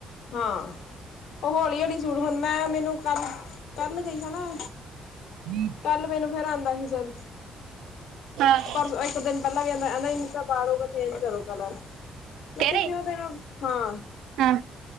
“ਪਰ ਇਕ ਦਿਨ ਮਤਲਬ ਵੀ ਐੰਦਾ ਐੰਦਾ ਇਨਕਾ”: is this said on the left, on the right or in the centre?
Left